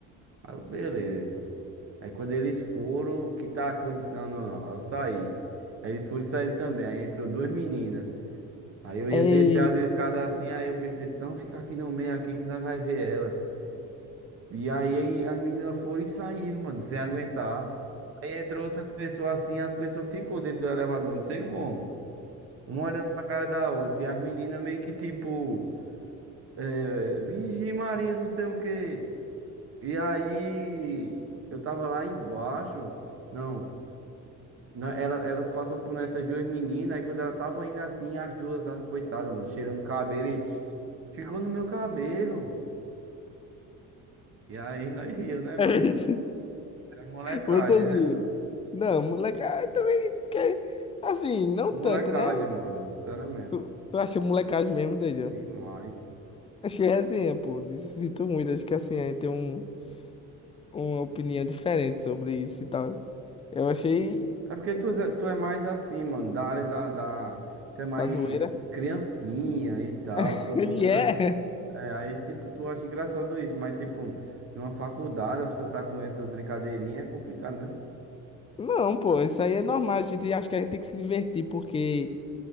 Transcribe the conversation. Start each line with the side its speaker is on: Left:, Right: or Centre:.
Right: Aí eu, beleza. Aí quando eles foram, que tacou, disse, não, não, não, aí eu saí. Aí eles foram e saíram também, aí entrou duas meninas. Aí eu
Left: É.
Right: ia descer as escadas assim, aí o bicho disse, não, fica aqui no meio aqui que nós vai ver elas. E aí aí as meninas foram e saíram, mano, sem aguentar. Aí entrou outras pessoas assim, as pessoas ficou dentro do elevador, não sei como. Uma olhando pra cara da outra, e as meninas meio que tipo, é, Vigi Maria, não sei o quê. E aí eu tava lá embaixo, não, na- ela, elas passou por essas duas meninas, aí quando ela tava indo assim, as duas, ah, coitada, mano, cheirando cabelo. Ficou no meu cabelo. E aí nós riu, né?
Left: <laughs>
Right: Mas é molecagem,
Left: Vocês
Right: né?
Left: viram. Não, moleque, ah, também. que- Assim, não
Right: Molecagem,
Left: tanto, né?
Right: mano. Sinceramente.
Left: Tu, tu acha molecagem mesmo, Daniel?
Right: Demais.
Left: Achei resenha, pô. Disse- Sinto muito, acho que assim, aí tem um, uma opinião diferente sobre isso e tal. Eu achei
Right: É porque tu, zé- tu é mais assim, mano. Da área da, da. Tu é mais
Left: a zoeira.
Right: criancinha e tal.
Left: <laughs>
Right: Tu
Left: E
Right: nunca.
Left: é.
Right: É, aí, tipo, tu acha engraçado isso. Mas, tipo, numa faculdade, a pessoa tá com essas brincadeirinhas, é complicado, né?
Left: Não, pô, isso aí é normal. A gente acho que a gente tem que se divertir, porque